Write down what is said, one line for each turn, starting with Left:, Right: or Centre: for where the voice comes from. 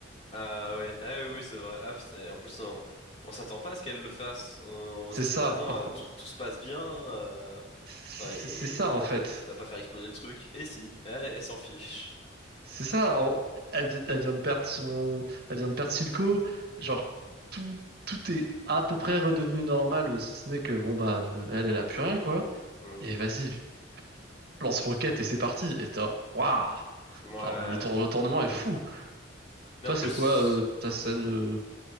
Left: Ah oui, ah oui, oui, c'est vrai. Ah, c'est- en plus, on, on s'attend pas à ce qu'elle le fasse. On, on
Right: C'est
Left: se dit,
Right: ça,
Left: bah non,
Right: enfin.
Left: euh, tout, tout se passe bien. euh,
Right: C'est
Left: Enfin,
Right: c'est-
Left: ils
Right: c'est ça,
Left: ils vont pas,
Right: en fait.
Left: va pas faire exploser le truc. Et si, elle, elle s'en fiche.
Right: C'est ça. en- Elle, vi- elle vient de perdre son. Elle vient de perdre Silco. Genre, tout, tout est à peu près redevenu normal, si ce n'est que, bon, bah, elle, elle a plus rien, quoi.
Left: Hmm.
Right: Et vas-y. lance-roquette et c'est parti. Et t'es, là, waouh!
Left: Ouais.
Right: Genre, le, tour- le tournement est fou.
Left: Mais
Right: Toi,
Left: en plus,
Right: c'est quoi euh, ta scène euh,